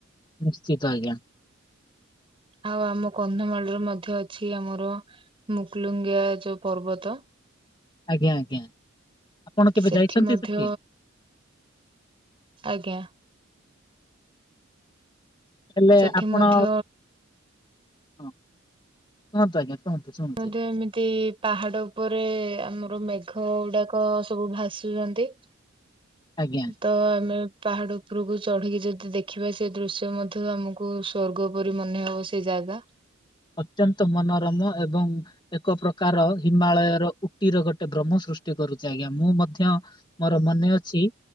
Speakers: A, on the left; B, on the right.
A: ନିଶ୍ଚିତ ଆଜ୍ଞା।
B: ଆଉ ଆମ କନ୍ଧମାଳରେ ମଧ୍ୟ ଅଛି ଆମର ମୁକୁଲୁଙ୍ଗିଆ ଯୋଉ ପର୍ବତ।
A: ଆଜ୍ଞା ଆଜ୍ଞା। ଆପଣ କେବେ
B: ସେଠି
A: ଯାଇଛନ୍ତି
B: ମଧ୍ୟ
A: ସେଠି?
B: ଆଜ୍ଞା।
A: ହେଲେ
B: ସେଠି
A: ଆପଣ।
B: ମଧ୍ୟ
A: ହଁ। କୁହନ୍ତୁ ଆଜ୍ଞା। କୁହନ୍ତୁ ଶୁଣୁଛି
B: ମୁଁ ତ ଏମିତି ପାହାଡ ଉପରେ ଆମର ମେଘ ଗୁଡାକ ସବୁ ଭାସୁଛନ୍ତି।
A: ଆଜ୍ଞା।
B: ତ ଆମେ ପାହାଡ଼ ଉପରକୁ ଚଢ଼ିକି ଯଦି ଦେଖିବା ସେ ଦୃଶ୍ୟ ମଧ୍ୟ ଆମକୁ ସ୍ୱର୍ଗ ପରି ମନେ ହେବ। ସେ ଜାଗା
A: ଅତ୍ୟନ୍ତ ମନୋରମ ଏବଂ ଏକ ପ୍ରକାର ହିମାଳୟର ଉଟିର ଗୋଟେ ଭ୍ରମ ସୃଷ୍ଟି କରୁଛି ଆଜ୍ଞା। ମୁଁ ମଧ୍ୟ ମୋର ମନେ ଅଛି।